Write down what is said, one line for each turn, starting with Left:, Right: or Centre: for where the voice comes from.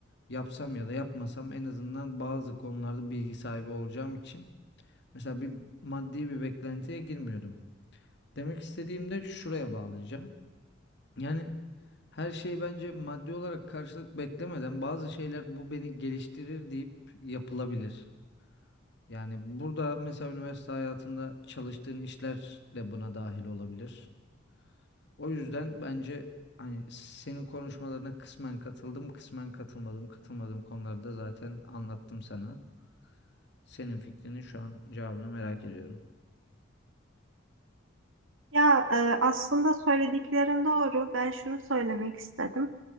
Left: Yapsam ya da yapmasam en azından bazı konularda bilgi sahibi olacağım için mesela bir maddi bir beklentiye girmiyordum. Demek istediğim de şuraya bağlayacağım. Yani her şey bence maddi olarak karşılık beklemeden bazı şeyler bu beni geliştirir deyip yapılabilir. Yani burada mesela üniversite hayatında çalıştığın işler de buna dahil olabilir. O yüzden bence hani senin konuşmalarına kısmen katıldım, kısmen katılmadım. Katılmadığım konularda zaten anlattım sana. Senin fikrinin şu an cevabını merak ediyorum.
Right: Ya e, aslında söylediklerin doğru. Ben şunu söylemek istedim.